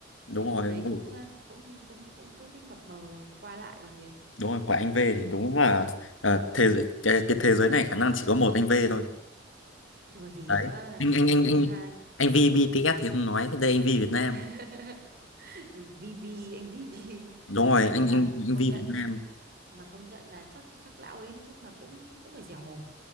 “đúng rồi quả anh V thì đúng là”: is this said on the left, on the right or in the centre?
Left